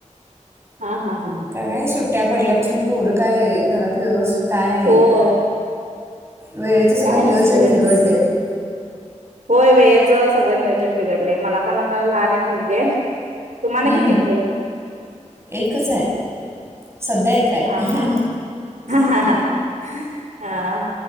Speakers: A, on the right (about 80°); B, on the right (about 20°).
A: हा हा हा
B: का काय सुट्ट सुट्ट्यापडल्यापासून पोरं काय घरात व्यवस्थित काय आहे
A: होय
B: वेळेचं सगळं
A: काय
B: नियोजन
A: नसतंयच
B: बिघडलं
A: होय वेळेचं सगळं नियोजन बिघडलय मला पण मला लहान एक मुलगी तुम्हाला
B: हम्म
A: किती मुली
B: एकच आहे सध्या एक आहे
A: हा हा ह हा